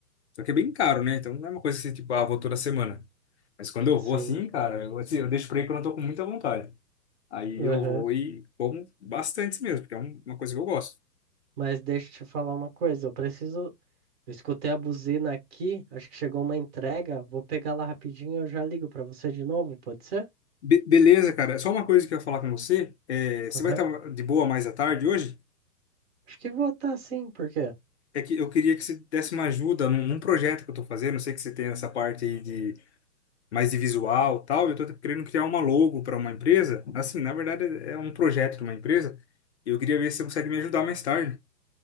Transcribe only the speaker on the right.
Sim.
Aham.
Mas deixa eu te falar uma coisa, eu preciso. Eu escutei a buzina aqui, acho que chegou uma entrega. Vou pegar lá rapidinho e eu já ligo pra você de novo, pode ser?
Aham.
Acho que vou tá sim, por quê?